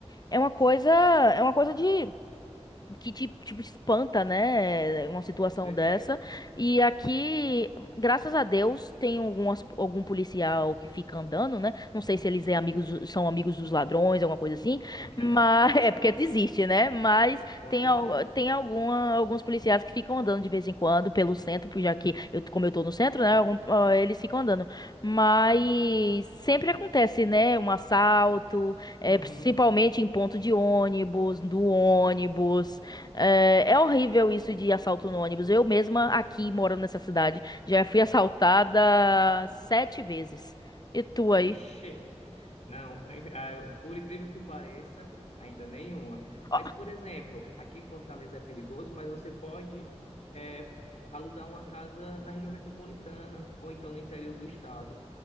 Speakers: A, on the left (about 35°); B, on the left (about 75°).
A: É uma coisa, é uma coisa de que te, tipo, espanta, né? Uma situação
B: com certeza.
A: dessa. E aqui, graças a Deus, tem algumas, algum policial que fica andando, né? Não sei se eles é amigos, são amigos dos ladrões, alguma coisa assim.
B: <laughs>
A: Mas
B: É.
A: <laughs> é porque existe, né? Mas
B: Com
A: tem,
B: certeza.
A: al- tem alguma, alguns policiais que ficam andando de vez em quando pelo centro, porque já que eu, como eu tô no centro, né? algum- ah, eles ficam andando. Mas sempre acontece, né? Um assalto, é,
B: Uhum.
A: principalmente em ponto de ônibus, do ônibus. É, é horrível isso de assalto no ônibus. Eu mesma, aqui, morando nessa cidade, já fui assaltada sete vezes. E tu aí?
B: Vixe. Não, ah, eu- por incrível que pareça, ainda nenhuma.
A: Ó,
B: Mas, por exemplo, aqui em Fortaleza é perigoso, mas você pode eh, alugar uma casa na região metropolitana ou então no interior do estado.